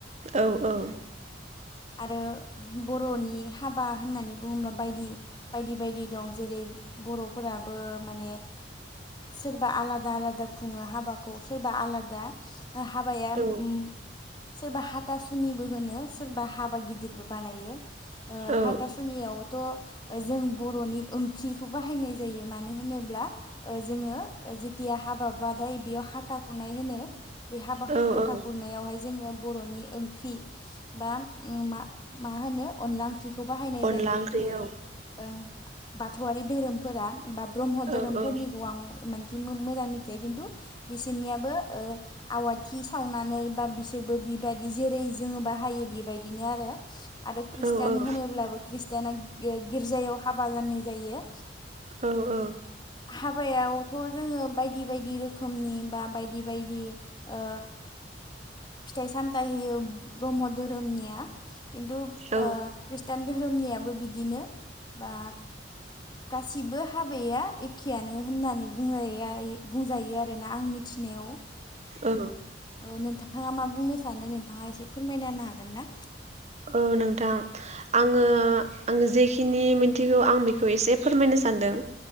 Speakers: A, on the right; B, on the left.
A: औ औ
B: आरो बरनि हाबा होननानै बुङोब्ला बायदि बायदि बायदि दं जेरै बरफोरा बो माने सोरबा आलादा आलादा खुङो हाबाखौ सोरबा आलादा हाबाया
A: औ
B: उम सोरबा हाथा सु सुनिबो होनो सोरबा हाबा गिदिरबो बानायो ओ
A: औ
B: हाथासुनियाव थ जों बरनि ओंख्रिखौ बाहायनाय जायो मानो होनोब्ला ओ जोङो जिथिया हाबा बाथाय बेयाव हाथा खुरनाय होनो। बे हाबा
A: औ
B: हाथा
A: औ
B: खुरनायावहाय जोङो बर'नि ओंख्रि बा उम मा मा होनो अनला ओंख्रिखौ बाहायनाय
A: अनला
B: जायो
A: ओंख्रि
B: ओ
A: औ
B: ओं बाथौआरि धोरोम फोरा। बा ब्रह्म
A: औ
B: धोरोमफोरनिखौ
A: औ
B: आं इमानखि मोम मोजां मिथिया खिन्थु बिसोरनियाबो ओ आवाथि सावनानै बा बिसोरबो बिबायदि जेरै जोङो बाहायो बि बेबायदिनो आरो। आरो खृष्टान
A: औ औ
B: होनोब्लाबो खृष्ट <unintelligible> गिर्जायाव हाबा जानाय जायो।
A: औ औ।
B: हाबायावथ' जोङो बायदि बायदि रोखोमनि बा बायदि बायदि ओ फिथाइ-सामथाइ होयो ब्रह्म धोरोमनिया किन्तु
A: औ
B: ओ ख्रिस्तान धोरोमनि याबो बिदिनो बा गासैबो हाबाया एखेयानो होननानै बुंनाया बुंजायो आरो ना आं मिथिनायाव
A: औ
B: ओ नोंथाङा मा बुंनो सानो नो? नोंथाङा एसे फोरमायना होनो हागोन हागोन ना?
A: औ नोंथां आङो आङो जेखिनि मिथिगौ आं बेखौ एसे फोरमायनो सानदों।